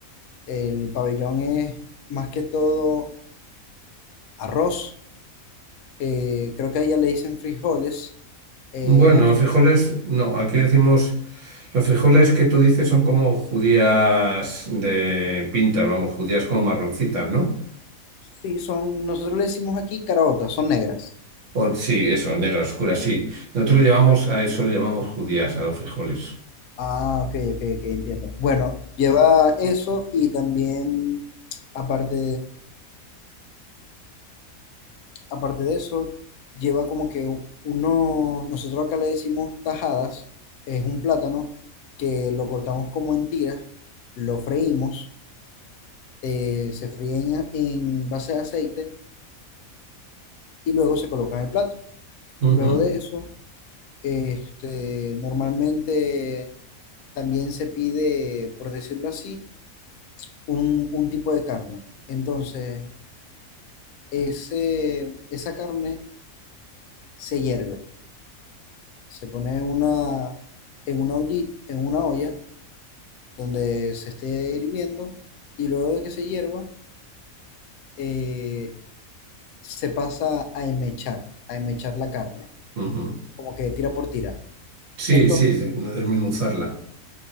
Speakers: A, on the left; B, on the right.
A: El pabellón es más que todo arroz. eh, creo que a ella le dicen frijoles. eh,
B: Bueno,
A: aquí
B: los
A: le-
B: frijoles, no, aquí decimos, los frijoles que tú dices son como judías de pintas, vamos, judías como marroncitas, ¿no?
A: sí, son, nosotros le decimos aquí caraotas, son negras.
B: O- sí, eso, negras oscuras, sí. Nosotros le llamamos, a eso le llamamos judías, a los frijoles.
A: Ah, ok, ok, ok, entiendo. Bueno, lleva eso y también, aparte, aparte de eso, lleva como que uno, nosotros acá le decimos tajadas, es un plátano que lo cortamos como en tiras, lo freímos, eh, se fríen a- en base de aceite y luego se coloca en el plato.
B: Ujú,
A: Luego de eso, este, normalmente también se pide, por decirlo así, un, un tipo de carne. Entonces, ese, esa carne se hierve Se pone en una, en una, olli- en una olla, eh, se esté hirviendo y luego de que se hierva, eh, se pasa a enmechar, a enmechar la carne,
B: ujú.
A: como que tira por tira.
B: Sí,
A: Entonces,
B: sí, sí, no desmenuzarla.